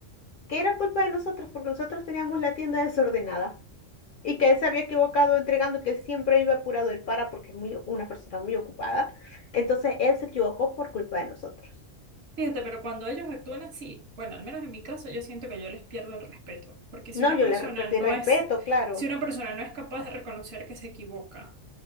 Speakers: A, on the left (about 55°); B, on the right (about 60°).
A: Que era culpa de nosotros porque nosotros teníamos la tienda desordenada y que él se había equivocado entregando, que él siempre iba apurado, él para porque es muy, una persona muy ocupada. Entonces él se equivocó por culpa de nosotros.
B: Fíjate, pero cuando ellos actúan así, bueno, al menos en mi caso, yo siento que yo les pierdo el respeto, porque si
A: No,
B: una
A: yo
B: persona
A: le re- perdí
B: no
A: respeto,
B: es,
A: claro,
B: si una persona no es capaz de reconocer que se equivoca,